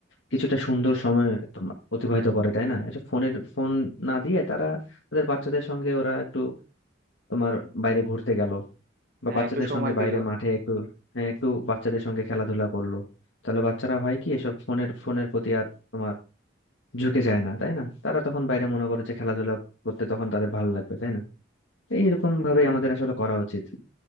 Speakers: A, on the left; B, on the right.
A: কিছুটা সুন্দর সময় তোমা- অতিবাহিত করে তাই না এসব ফোনের ফোন না দিয়ে তারা তাদের বাচ্চাদের সঙ্গে ওরা একটু তোমার বাইরে ঘুরতে গেল বা
B: হ্যাঁ
A: বাচ্চাদের
B: একটু সময়
A: সঙ্গে বাইরে
B: দিল
A: মাঠে একটু হ্যাঁ একটু বাচ্চাদের সঙ্গে খেলাধুলা করলো তাহলে বাচ্চারা হয় কি এসব ফোনের ফোনের প্রতি আর তোমার ঝুঁকে যায় না তাই না তারা তখন বাইরে মনে করে যে খেলাধুলা করতে তখন তাদের ভালো লাগবে তাই না এইরকম
B: হ্যাঁ
A: ভাবে আমাদের আসলে করা উচিত